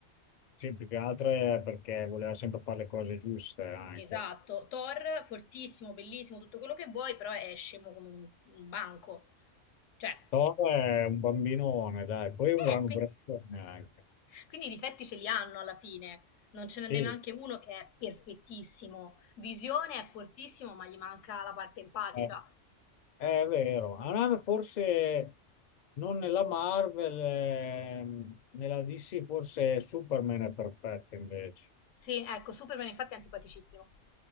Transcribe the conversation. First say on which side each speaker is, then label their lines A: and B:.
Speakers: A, on the left; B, on the left.
A: che più che altro è perché voleva sempre fare le cose giuste anche.
B: Esatto, Thor fortissimo, bellissimo, tutto quello che vuoi, però è scemo come un, un banco. Cioè,
A: Thor è un bambinone, dai, poi è un gran
B: eh,
A: ubriacone
B: quindi,
A: anche.
B: quindi i difetti ce li hanno alla fine. Non ce n'è neanche
A: Sì, eh,
B: uno che è perfettissimo. Visione è fortissimo, ma gli manca la parte empatica.
A: eh, è, vero. A me forse non nella Marvel, ehm, nella DC forse Superman è perfetto invece.
B: Sì, ecco, Superman infatti è antipaticissimo.